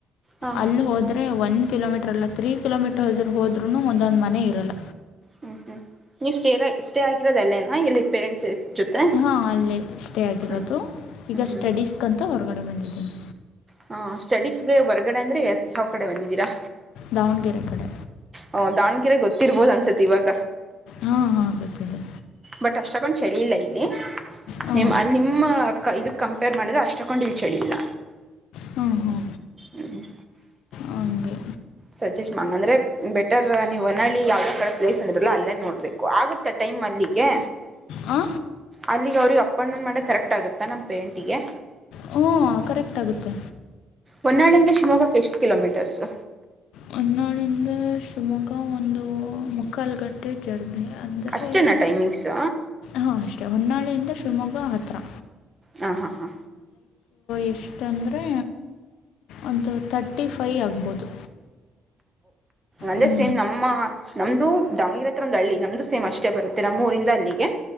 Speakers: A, on the right; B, on the left.
A: ಹಾ
B: ಅಲ್ಲಿ
A: ಹಾ
B: ಹೋದರೆ ಒಂದು ಕಿಲೋಮೀಟರ್ ಲ್ಲ ತ್ರೀ ಕಿಲೋಮೀಟರ್ ಹೋದ್ರನು ಒಂದೊಂದ ಮನೆ ಇರಲ್ಲ
A: ಹ್ಮ್ ಹ್ಮ್ ನೀ ಸ್ಟೇ ಸ್ಟೇ ಆಗಿರೋದಲ್ಲೇನ ಎಲ್ಲಿ ಪೇರೆಂಟ್ಸ್ ಜೊತೆ
B: ಹಾಂ ಅಲ್ಲೇ ಸ್ಟೇ ಆಗಿರೋದು
A: ಹ್ಮ್
B: ಈಗ
A: ಹ್ಮ್ ಹ್ಮ್
B: ಸ್ಟಡೀಸ್ಗಂತ ಹೊರಗಡೆ ಬಂದಿದ್ದೀನಿ
A: ಹಾ ಸ್ಟಡೀಸ್ಗೆ ಹೊರ್ಗಡೆ ಅಂದ್ರೆ ಯಾವ ಕಡೆ ಬಂದಿದ್ದೀರಾ
B: ದಾವಣಗೆರೆ ಕಡೆ
A: ಹ ದಾವಣಗೆರಿ ಗೊತ್ತಿರ್ಬೋಲ್ ಅನ್ಸತಿ ಇವಾಗ
B: ಹಾಂ ಹಾಂ ಗೊತ್ತಿದೆ
A: ಬಟ್ ಅಷ್ಟಕ್ಕೊಂದು್ ಚಳಿ ಇಲ್ಲ ಇಲ್ಲಿ
B: ಹ್ಞೂ
A: ನಿಮ್ ಅಲ್ಲಿ ನಿಮ್ಮ ಇ ಕಂಪೇರ್ ಮಾಡಿದ್ರೆ ಅಷ್ಟೊಕ್ಕೊಂಡು ಇಲ್ಲಿ ಚಳಿ ಇಲ್ಲ
B: ಹ್ಞೂ ಹ್ಞೂ
A: ಹ್ಮ
B: ಹಂಗೆ
A: ಸಜೆಸ್ಟ್ ಮಾಡ ಅಂದ್ರೆ ಬೆಟರ್ ನೀವು ಹೊನಳ್ಳಿ ಯಾವದೇ ಕಡೆ ಪ್ಲೇಸ್ ಅಂದರಲ್ಲ ಅಲ್ಲೇ ನೋಡ್ಬೇಕು ಆಗುತ್ತ ಟೈಮ ಹ್ಮ್ ಅದಿಕ್ಕೆ
B: ಆ
A: ಅಲ್ಲಿಗೆ ಅವ್ರಿಗೆ ಅಪ್ ಅಂಡ್ ಡೌನ್ ಮಾಡ ಕರೆಕ್ಟ್ ಆಗುತ್ತಾ ನಮ್ಮ ಪೇರೆಂಟಿಗೆ
B: ಹಾ ಕರೆಕ್ಟ್ ಆಗುತ್ತೆ
A: ಹೊನ್ನಾಳಿಂದ ಶಿವಮೊಗ್ಗಕ್ಕೆ ಎಷ್ಟು ಕಿಲೋಮೀಟರ್ಸು
B: ಹೊನ್ನಾಳಿಂದ ಶಿವಮೊಗ್ಗ ಒಂದು ಮುಕ್ಕಾಲುಗಟ್ಟೆ ಜರ್ನಿ ಅಂದರೆ
A: ಅಷ್ಟೇನಾ ಟೈಮಿಂಗ್ಸು
B: ಹಾಂ ಅಷ್ಟೇ ಹೊನ್ನಾಳಿಯಿಂದ ಶಿವಮೊಗ್ಗ ಹತ್ತಿರಾ
A: ಹಾ ಹಾ ಹಾ
B: ಎಷ್ಟಂದರೆ ಒಂದು ತಥರ್ಟಿ ಫೈ ಆಗ್ಬೋದು
A: ಅಂದ್ರೆ
B: ಹ್ಞೂ
A: ಸೇಮ್ ನಮ್ಮ ನಮ್ದು. ದಾವಣಗೆರೆ ಹತ್ರ ಒಂದು ಹಳ್ಳಿ ನಮ್ದು ಸೇಮ್ ಅಷ್ಟೇ ಬರುತ್ತೆ ನಮ್ಮ ಊರಿಂದ ಅಲ್ಲಿಗೆ